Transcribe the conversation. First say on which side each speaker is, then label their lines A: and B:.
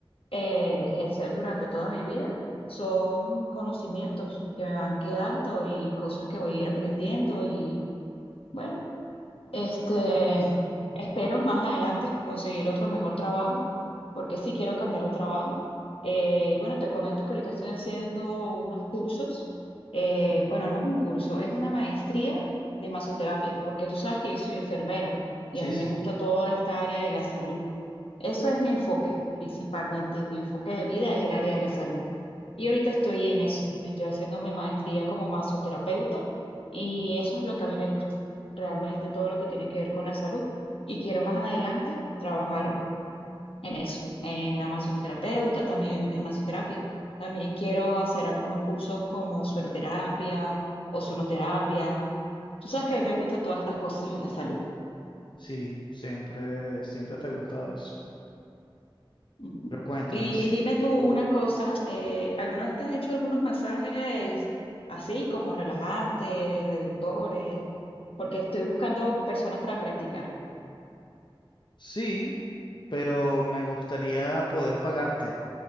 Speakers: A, on the left (about 85°); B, on the left (about 55°).
A: eh, ejercer durante toda mi vida son conocimientos que me van quedando y cosas que voy a ir aprendiendo y bueno. Este, espero más adelante conseguir otro mejor trabajo, porque sí quiero cambiar de trabajo. Eh, bueno, te comento que ahorita estoy haciendo unos cursos. Eh, bueno, no es un curso, es una maestría de masoterapia, porque tú sabes que yo soy enfermera y
B: Sí,
A: a mí
B: sí,
A: me gusta toda esta área de la salud. Eso es mi enfoque, principalmente. Mi enfoque de vida es el área de la salud. Y ahorita estoy en eso. Estoy haciéndome maestría como masoterapeuta y eso es lo que a mí me gusta realmente todo lo que tiene que ver con la salud. Y quiero más adelante trabajar en eso, en la masoterapeuta, también en masoterapia. También quiero hacer algunos cursos como sueroterapia, o sonoterapia Tú sabes que a mí me gustan todas estas cosas de la salud.
B: sí, siempre, siempre te ha gustado eso.
A: Ujú.
B: Pero cuéntame,
A: Y
B: sí.
A: dime tú una cosa, eh, ¿alguna vez te has hecho algunos masajes así como relajantes, reductores? Porque estoy buscando personas para practicar.
B: Sí, pero me gustaría poder pagarte,